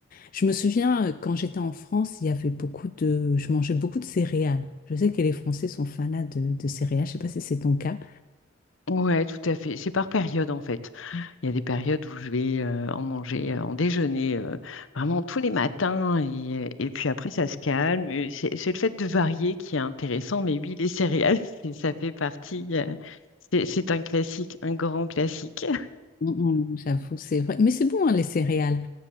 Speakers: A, on the left; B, on the left.
A: je me souviens, euh, quand j'étais en France, il y avait beaucoup de... Je mangeais beaucoup de céréales. Je sais que les Français sont fanas de, de céréales. Je sais pas si c'est ton cas.
B: Ouais, tout à fait. C'est par période en fait.
A: Mm,
B: Il y a des périodes où je vais euh, en manger euh, en déjeuner euh, vraiment tous les matins et, et puis après ça se calme. Et C'est c'est le fait de varier qui est intéressant, mais oui, les céréales, <laughs> c'est- ça fait partie. euh, c'est c'est un classique, un grand classique.
A: mm, J'avoue, c'est vrai. Mais c'est bon, hein, les céréales.